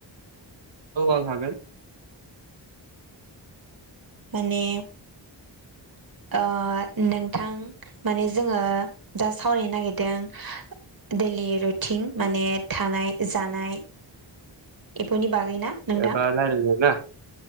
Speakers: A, on the right; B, on the right.
A: औ आं हागोन
B: माने ओ नोंथां माने जोङो दा सावरायनो नागिरदों डैलि रुटिन माने थानाय जानाय इफोरनि बागैना नोंथां
A: एबा रायलायनो ना